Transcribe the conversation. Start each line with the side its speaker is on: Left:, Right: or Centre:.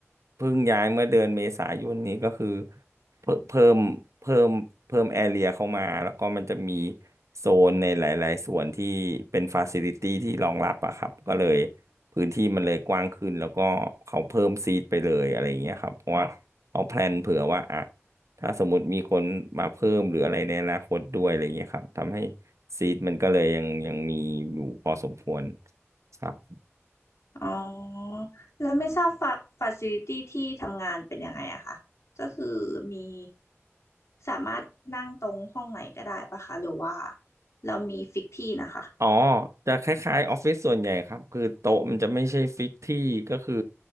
Right: เพิ่งย้ายเมื่อเดือนเมษายนนี้ก็คือเพิ่มเพิ่มเพิ่มเพิ่มแอเรียเข้ามาแล้วก็มันจะมีโซนในหลายๆส่วนที่เป็นฟาซิลิตี้ที่รองรับอะครับก็เลยพื้นที่มันเลยกว้างขึ้นแล้วก็เขาเพิ่มซีทไปเลยอะไรอย่างเงี้ยครับเพราะว่าเขาแพลนเผื่อว่าอ่ะ ถ้าสมมติมีคนมาเพิ่มหรืออะไรในอนาคตด้วยอะไรเงี้ยครับทำให้ซีดมันก็เลยยังยังมีอยู่พอสมควรครับ
Left: อ๋อแล้วไม่ทราบฟาฟาซิลิตี้ที่ทำงานเป็นยังไงอะคะก็คือมีสามารถนั่งตรงห้องไหนก็ได้ปะคะหรือว่าเรามีฟิกที่นะคะ
Right: อ๋อจะคล้ายๆออฟฟิศส่วนใหญ่ครับคือโต๊ะมันจะไม่ใช่ฟิกที่ก็คือ